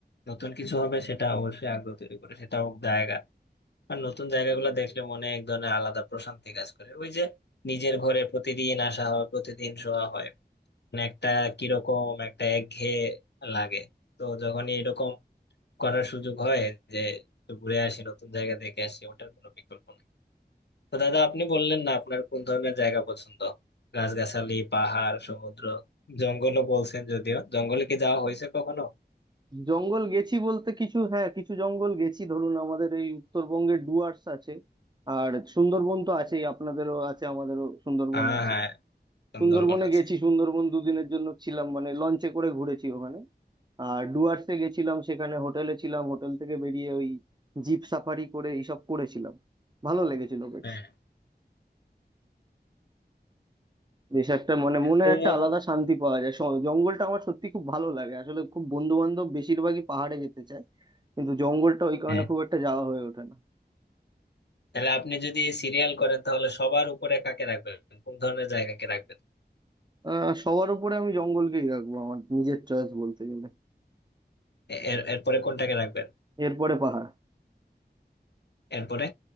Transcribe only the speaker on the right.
জঙ্গল গেছি বলতে কিছু হ্যাঁ কিছু জঙ্গল গেছি ধরুন আমাদের এই উত্তরবঙ্গে ডুয়ার্স আছে আর সুন্দরবন তো আছেই আপনাদেরও আছে আমাদেরও সুন্দরবন
আছে
সুন্দরবনে
গেছি সুন্দরবন দুদিনের জন্য ছিলাম মানে লঞ্চে করে ঘুরেছি ওখানে আর ডুয়ার্সে গেছিলাম সেখানে হোটেলে ছিলাম হোটেল থেকে বেরিয়ে ওই জিপ সাফারি করে এইসব করেছিলাম ভালো লেগেছিল বেশ
বেশ একটা মানে মনে
একটা আলাদা শান্তি পাওয়া যায় স- জঙ্গলটা আমার সত্যি খুব ভালো লাগে আসলে খুব বন্ধু বান্ধব বেশিরভাগই পাহাড়ে যেতে চায় কিন্তু জঙ্গলটা ওই কারণে
খুব একটা যাওয়া হয়ে ওঠে না
আহ সবার উপরে আমি জঙ্গলকেই রাখবো আমার নিজের চয়েস বলতে গেলে
এরপরে পাহাড়